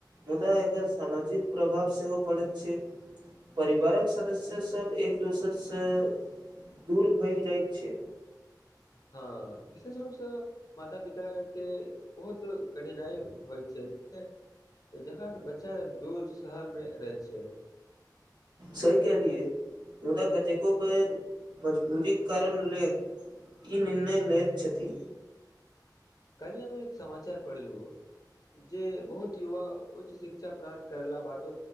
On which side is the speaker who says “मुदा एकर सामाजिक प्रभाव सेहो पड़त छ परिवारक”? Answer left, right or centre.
Right